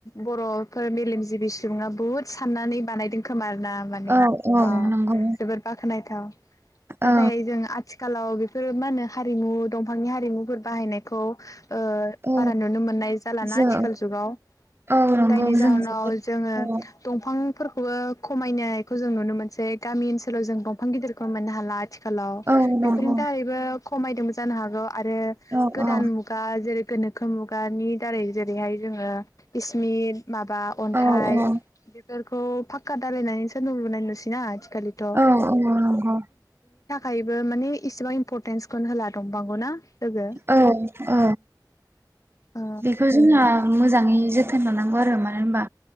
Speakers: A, on the left; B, on the right.
A: बरफोर मेलेमजिबि सुबुङा बहुद साननानै बानायदों खोमा दा माने
B: औ औ
A: अ
B: नंगौ
A: जोबोत गनायथाव नाथाय
B: औ
A: जों आथिखाल आथिखालाव बेफोरो मा होनो हारिमु दंफांनि हारिमुफोर बाहायनायखौ ओ
B: औ
A: बारा नुनो मोननाय जालाना
B: जों
A: आथिखाल जुगाव
B: औ नंगौ
A: जायनि जाहोनाव
B: जों जोबोद
A: जोङो
B: औ
A: दंफांफोरखौ खौ खमायनायखौ जों नुनो मोनसै गामि ओनसोलाव ओलाव जों दंफां गिदिरखौ मोननो हाला आथिखालाव
B: औ
A: बेफोरनि
B: नंगौ
A: थाखायैबो खमायदोंबो जानो हागौ आरो
B: औ
A: गोदान
B: औ
A: मुगा जेरै गोनोखो मुगानि दारै जेरैहाय जोङो इस्मि माबा अन्थाइ
B: औ औ
A: बेफोरखौ खौ फाखका दालायनानैसो न' लुनाय नुसैना थिखालिथ
B: औ औ नंगौ
A: बेबो माने इसेबां इम्परटेन्सखौनो होला दंफांखौ ना लोगो
B: औ औ
A: ओ
B: बेखौ जोंहा मोजाङै जोथ थोन लानांगौ आरो मानो होनबा